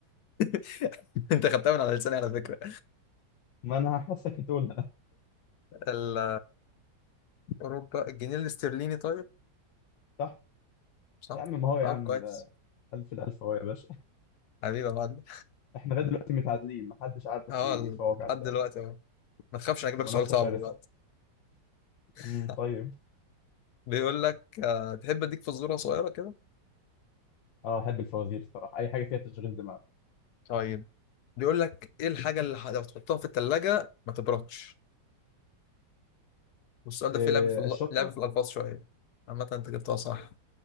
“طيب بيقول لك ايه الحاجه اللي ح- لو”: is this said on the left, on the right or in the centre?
Left